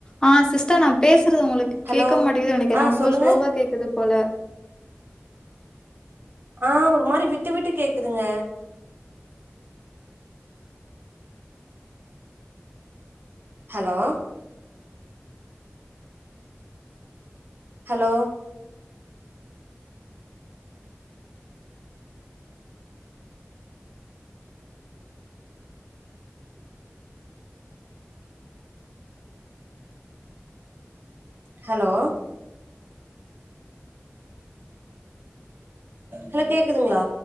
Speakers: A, on the left; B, on the right.
A: ஆ சிஸ்டர் நா பேசுறது உங்களுக்கு
B: ஹலோ
A: கேட்க மாட்டேங்கிது நெனக்கிறே
B: ஆ
A: ரொம்ப
B: சொல்லுங்க
A: ஸ்லோவா கேக்குது போல
B: ஆ ஒரு மாரி விட்டு விட்டு கேக்குதுங்க ஹலோ ஹலோ ஹலோ ஹலோ கேக்குதுங்களா